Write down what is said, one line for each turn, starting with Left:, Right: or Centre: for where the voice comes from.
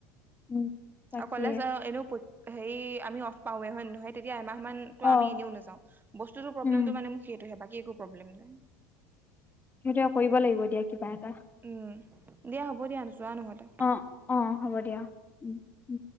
Left: উম তাকে
Right: আও কলেজ আও এনেও <unintelligible> হেৰি আমি অফ পাওৱে হয় নহয় সেই তেতিয়া এমাহ মান ত
Left: অ
Right: 'আমি এনেও নেযাওঁ বস্তুটো প্ৰব্লেমটো
Left: উম
Right: মানে মোক সেইটোহে বাকি একো প্ৰব্লেম নাই।
Left: সেইটোৱে কৰিব লাগিব এতিয়া কিবা এটা।
Right: উম, দিয়া হ'ব দিয়া যোৱা নহলে।
Left: অ', অ', হ'ব দিয়া উম। উম